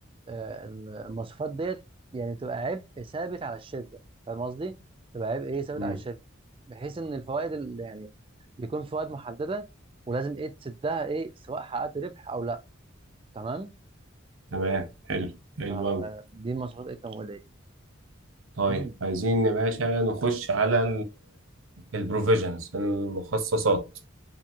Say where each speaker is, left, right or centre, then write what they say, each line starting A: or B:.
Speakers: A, on the right (about 25°); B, on the right (about 80°).
A: آه، المواصفات ديت يعني تبقى عبء ثابت على الشركه فاهم قصدي؟ تبقى عبء ايه ثابت
B: مم.
A: على الشركه بحيث ان الفوائد اللي يعني بيكون في فوائد محدده ولازم ايه تسدها ايه سواء حققت ربح او لا تمام؟
B: تمام حلو حلو
A: فدي
B: أوي
A: المواصفات ايه التمويليه
B: طيب
A: <clears throat>
B: عايزين يا باشا نخش على البروفيجنز المخصصات